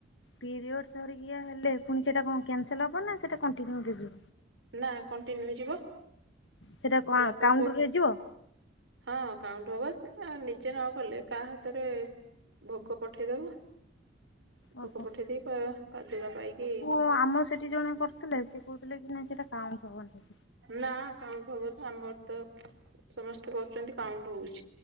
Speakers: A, on the left; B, on the right.
A: ପିରିୟଡ଼ ଧରିକି ହେଲେ ପୁଣି ସେଟା କଣ କ୍ୟାନସଲ ହବ ନା ସେଇଟା କଣ୍ଟିୁନିୟୁ ଯିବା।
B: ନା କଣ୍ଟିନ୍ୟୁ ହେଇଯିବ
A: ସେଇଟା କଣ
B: ଯାହା ପାଖ
A: କାଉଣ୍ଟରେ ଯିବ
B: ହଁ କାଉଁଠୁ ହବ ଆ ନିଜେ ନଗଲେ କାହା ହାତରେ ଭୋଗ ପଠେଇଦବ ଭୋକ
A: ଓହୋ।
B: ପଠେଇ ଦେଇେଇ ପାଦୁକା ପାଇକି
A: କୁ ଆମ ସେଠି ଜଣେ କରିୁଥିଲେ ସେ କହୁଥିଲେ କି ନାଇଁ ସେଇଟା କାଉଣ୍ଟ ହବନି।
B: ନା କାଉଟ ହବନ ଆମର ତ ସମସ୍ତେ କରୁଛନ୍ତି କାଉଟ ହଉଛି।